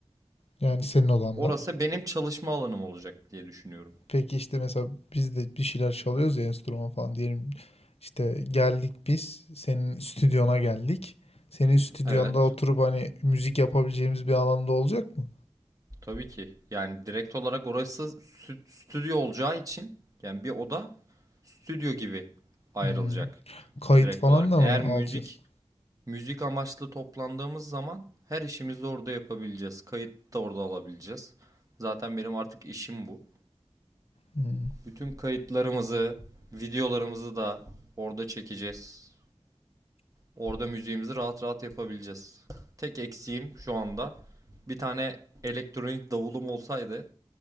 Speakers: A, on the left; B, on the right.
A: Yani senin odanda.
B: Orası benim çalışma alanım olacak diye düşünüyorum.
A: Peki işte mesela biz de bir şeyler çalıyoruz ya enstrüman falan diyelim işte geldik biz senin stüdyona geldik. Senin stüdyonda
B: Evet.
A: oturup hani müzik yapabileceğimiz bir alanda olacak mı?
B: Tabii ki. Yani direkt olarak orası stü- stüdyo olacağı için yani bir oda stüdyo gibi ayrılacak
A: Hmm. Kayıt
B: direkt
A: falan
B: olarak.
A: da
B: Eğer
A: mı
B: müzik
A: alacağız?
B: müzik amaçlı toplandığımız zaman her işimizi orada yapabileceğiz. Kayıt da orada alabileceğiz. Zaten benim artık işim bu.
A: Hmm.
B: Bütün kayıtlarımızı, videolarımızı da orada çekeceğiz. Orada müziğimizi rahat rahat yapabileceğiz. Tek eksiğim şu anda bir tane elektronik davulum olsaydı